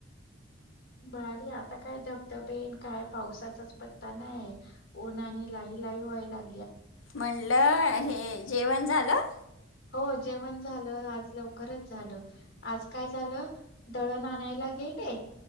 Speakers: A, on the left; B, on the left.
A: हम् <inaudible> भारी आता काय धबधबेन काय पावसाचाच पत्ता नाहीय, उन्हाने लाई, लाई, व्हाय लाग
B: म्हणलं, हे जेवण झालं.
A: ह <inaudible> हो जेवण झालं. आज लवकरच झालं. आज काय झालं दळण आणायला गेल भ